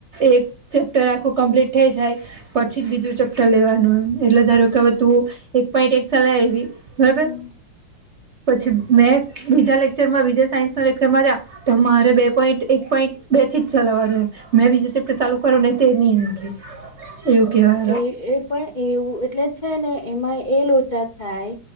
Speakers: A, on the right; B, on the left.
A: એક ચેપ્ટર આખું કમ્પ્લીટ થઈ જાય પછી જ બીજું ચપ્ટર લેવાનું એમ એટલે ધારો કે તું એક પોઈન્ટ એક ચલાય આવી બરાબર
B: હમ
A: પછી મેં બીજા લેક્ચરમાં બીજા સાયન્સ ના લેક્ચરમાં જ તો મારે બે પોઈન્ટ એક પોઈન્ટ બે થી જ ચલાવવાનું મેં બીજું ચેપ્ટર ચાલુ કરો ને તે ની એયું કેવાય.
B: એ એ પણ એવું એટલે છે ને એમાં એ લોચા થાય